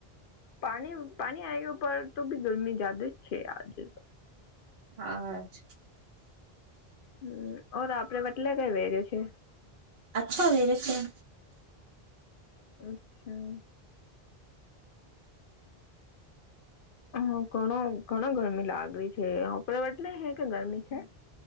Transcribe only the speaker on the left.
પાણી પાણી આવ્યો પર તોબી ગરમી જાદે જ છે આજે તો.
હમ ઓર આપડે બટલે કઈ વેર્યો છે.
અચ્છા. હમ ઘણો ઘણો ગરમી લાગે છે. આપડે <unintelligible> હે કે ગરમી છે.